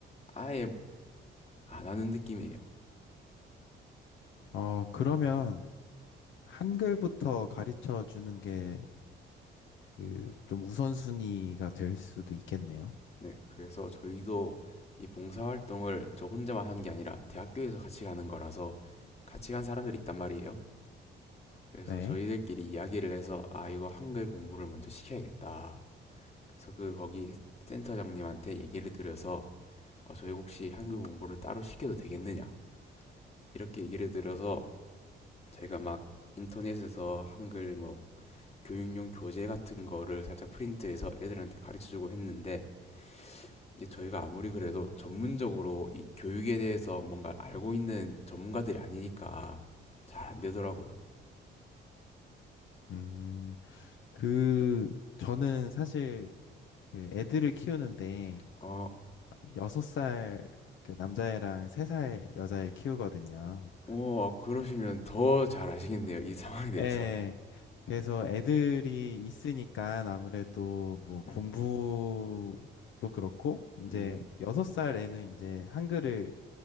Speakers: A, on the left; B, on the left.
A: 아예 안 하는 느낌이에요.
B: 어, 그러면 한글부터 가르쳐 주는 게 그 좀 우선순위가 될 수도 있겠네요.
A: 네, 그래서 저희도 이 봉사활동을 저 혼자만 하는 게 아니라 대학교에서 같이 가는 거라서 같이 간 사람들이 있단 말이에요. 그래서
B: 네.
A: 저희들끼리 이야기를 해서 아 이거 한글 공부를 먼저 시켜야겠다. 그래서 그 거기 센터장님한테 얘기를 드려서 어, 저희 혹시 한글 공부를 따로 시켜도 되겠느냐 이렇게 얘기를 드려서 제가 막 인터넷에서 한글 뭐 교육용 교재 같은 거를 살짝 프린트해서 애들한테 가르쳐주고 했는데 이게 저희가 아무리 그래도 전문적으로 이 교육에 대해서 뭔가 알고 있는 전문가들이 아니니까 잘 안 되더라고요.
B: 음, 그, 저는 사실 그 애들을 키우는데
A: 어,
B: 여섯 살 그 남자애랑 세 살 여자애 키우거든요.
A: 오, 아, 그러시면 더 잘 아시겠네요. 이 상황에 대해서.
B: 예. 그래서 애들이 있으니까 아무래도 뭐 공부도
A: 음,
B: 그렇고 이제
A: 음,
B: 여섯 살 애는 이제 한글을